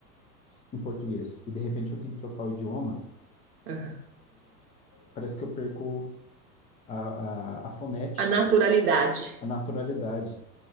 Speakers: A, on the left; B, on the right.
A: em português e de repente eu tenho que trocar o idioma,
B: aham.
A: parece que eu perco a, a, a fonética,
B: A naturalidade,
A: a naturalidade.